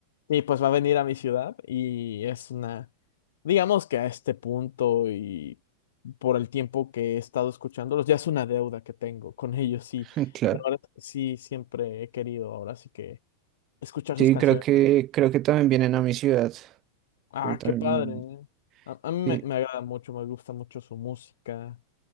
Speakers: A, on the left; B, on the right.
A: Y pues va a venir a mi ciudad y es una, digamos que a este punto y por el tiempo que he estado escuchándolos, ya es una deuda que tengo con ellos. Y
B: <laughs> Claro.
A: la verdad es que sí, siempre he querido ahora, así que escuchar sus
B: Sí,
A: canciones.
B: creo que, creo que también vienen a mi ciudad.
A: Ah,
B: Creo que también
A: qué padre.
B: vienen.
A: ¿eh? A, a mí me,
B: Sí,
A: me agrada mucho, me gusta mucho su música.